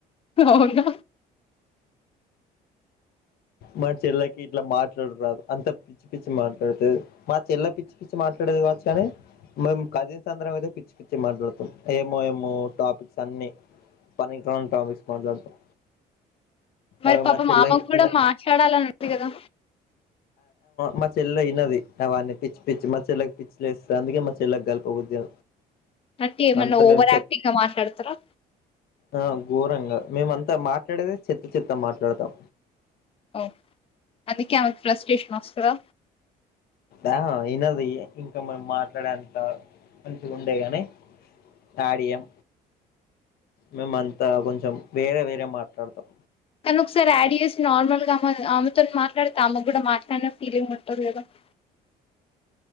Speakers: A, on the left; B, on the left.
A: అవునా
B: మా చెల్లకి ఇట్లా మాట్లు మాట్లాడ రాదు అంత పిచ్చి పిచ్చి మాట్లాడుతే మా చెల్లి పిచ్చి పిచ్చి మాట్లాడేది కావచ్చు కానీ మేము కజిన్స్ అందరం అయితే పిచ్చి పిచ్చి మాట్లాడుతాం ఏమో ఏమో టాపిక్స్ అన్ని పనికిరాని టాపిక్స్ మాట్లాడతాం
A: మరి
B: అవి
A: పాపమ్
B: మా చెల్లకి
A: ఆమెకు కూడా
B: ఇన
A: మాట్లాడాలని ఉంటంది కదా
B: మా చెల్ల వినది అవన్ని పిచ్చి పిచ్చి మా చెల్లకి పిచ్చి లేస్తంది అందుకే మా చెల్లకి కలపదు
A: అంటే ఏమన్నా
B: అంత
A: ఓవర్
B: నుంచే
A: యాక్టింగ్ గా మాట్లాడతారా
B: ఆ ఘోరంగా మేమంతా మాట్లాడేద చెత్త చెత్తా మాట్లాడతాం
A: ఓ అందుకే ఆమెకు ఫ్రస్టేషన్ వస్తదా
B: ఆ ఇనదు ఇంకా మనం మాట్లాడేంత మంచిగా ఉండే గాని తాడియం మేమంత కొంచెం వేరే వేరే మాట్లాడతాం
A: కానీ ఒకసారి యాడ్ చేసి నార్మల్గా అమ్ ఆమెతో మాట్లాడితే ఆమెకు కూడా మాట్లాడిన ఫీలింగ్ ఉంటుంది కదా <unintelligible>